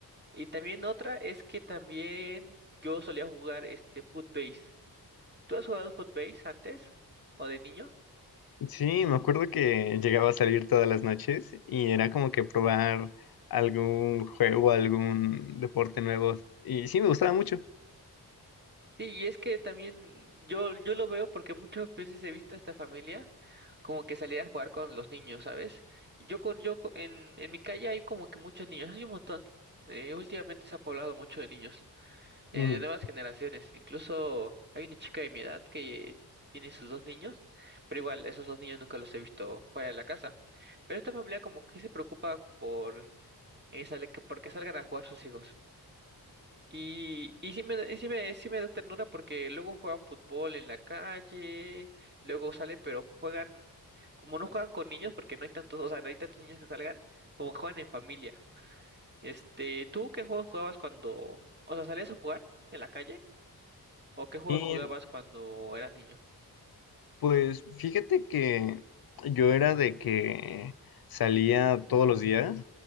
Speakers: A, on the right (about 25°); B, on the left (about 65°).
A: Y también otra es que también yo solía jugar este Footbase. ¿Tú has jugado Footbase antes o de niño?
B: Sí, me acuerdo que llegaba a salir todas las noches y era como que probar algún juego, algún deporte nuevo. Y sí, me gustaba mucho.
A: Sí, y es que también yo, yo lo veo porque muchas veces he visto a esta familia como que salir a jugar con los niños, ¿sabes? Yo con, yo co- en, en mi calle hay como que muchos niños, hay un montón. Eh, últimamente se ha poblado mucho de niños, eh,
B: Mm.
A: de nuevas generaciones. Incluso hay una chica de mi edad que tiene sus dos niños, pero igual esos dos niños nunca los he visto fuera de la casa. Pero esta familia como que se preocupa por, eh, sale- que- porque salgan a jugar sus hijos. Y, y sí me, da- y sí me, sí me da ternura porque luego juegan fútbol en la calle, luego salen, pero juegan, como no juegan con niños, porque no hay tantos, o sea, no hay tantos niños que salgan, como que juegan en familia. Este, ¿tú qué juegos jugabas cuando, o sea, salías a jugar en la calle? ¿O qué juegos
B: Y
A: jugabas cuando eras niño?
B: pues fíjate que yo era de que salía todos los días